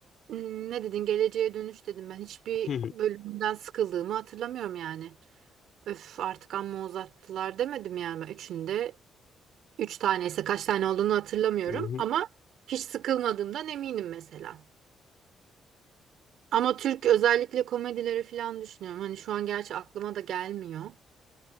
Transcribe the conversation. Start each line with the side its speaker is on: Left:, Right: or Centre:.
Right: m, ne dedin Geleceğe Dönüş dedim ben hiçbir
Left: Hı hı.
Right: bölümünden sıkıldığımı hatırlamıyorum yani. Öf artık amma uzattılar demedim yani ben üçünde Üç tane ise kaç tane olduğunu hatırlamıyorum
Left: Hı hı.
Right: ama hiç sıkılmadığımdan eminim mesela. Ama Türk özellikle komedileri falan düşünüyorum. Hani şu an gerçi aklıma da gelmiyor.